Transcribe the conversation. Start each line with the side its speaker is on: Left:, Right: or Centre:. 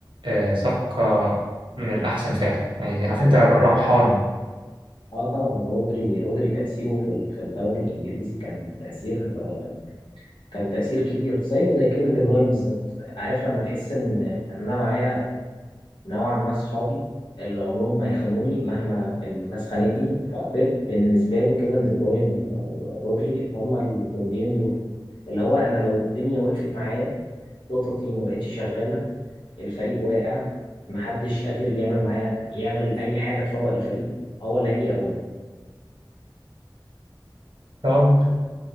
Right: آه، صفقة من الأحسن فعلا يعني عارف أنت ربحانة
Left: اه طبعا رودري رودري تأثيره في ال- في الدوري الانجليزي كان تأثير آه، كان تأثير كبير زيه زي كيفن دي بروين بالظبط عارف لما تحس ان ان انا معايا نوعا ما صحابي اللي عمرهم ما يخانوني مهما الناس خانتني فبيب بالنسبة له كيفن دي بروين ورودري هما الجنديين دول اللي هو انا لو الدنيا وقفت معايا خططي ما بقتش شغالة الفريق واقع محدش قادر يعمل معايا يعمل اي حاجة تفوق الفريق هو اللي هيجي يقومني
Right: طب